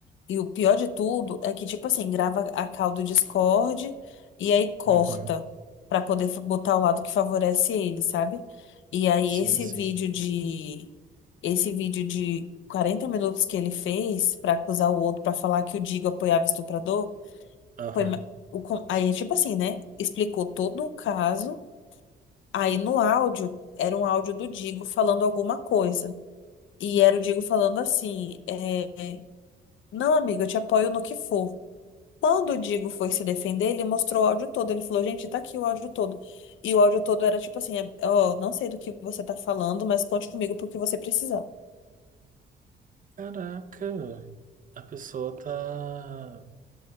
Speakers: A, on the left (about 75°); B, on the right (about 40°).
A: e o pior de tudo é que, tipo assim, grava a call do Discord e aí corta
B: Uhum.
A: pra poder fa- botar o lado que favorece ele, sabe? E aí
B: Sim,
A: esse
B: sim.
A: vídeo de esse vídeo de 40 minutos que ele fez pra acusar o outro, pra falar que o Digo apoiava o estuprador
B: Aham.
A: Foi ma- o, con- aí, tipo assim, né? Explicou todo o caso. Aí no áudio, era um áudio do Digo falando alguma coisa. E era o Digo falando assim: é, Não, amigo, eu te apoio no que for. Quando o Digo foi se defender, ele mostrou o áudio todo. Ele falou: Gente, tá aqui o áudio todo. E o áudio todo era tipo assim: é, Ó, não sei do que você tá falando, mas conte comigo pro que você precisar.
B: Caraca, a pessoa tá,